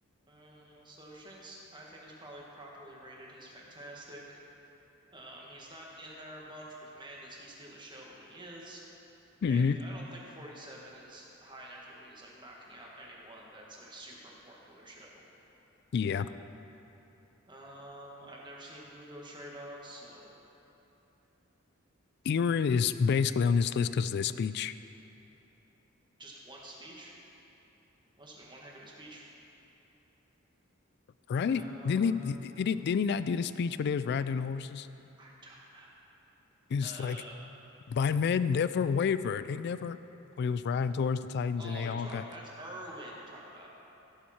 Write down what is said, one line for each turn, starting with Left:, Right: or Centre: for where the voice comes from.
Right: Uh, so Shanks, I think, is probably properly rated. He's fantastic. Um, he's not in there a bunch, but man, does he steal the show when he is.
Left: hmm
Right: And I don't think 47 is high enough where he's like knocking out anyone that's like super important to their show.
Left: Yeah.
Right: Um, I've never seen Bungo Stray Dogs, so
Left: Era is basically on this list because of that speech,
Right: just one speech must have been one heck of a speech.
Left: right?
Right: Uh,
Left: Didn't he did, did he did he not do the speech when they was riding on the horses?
Right: I don't
Left: He's
Right: know. Uh,
Left: like, my men never wavered. They never when he was riding towards the Titans
Right: oh,
Left: and they
Right: you're
Left: all
Right: talking
Left: got
Right: about that's Irwin we're talking about.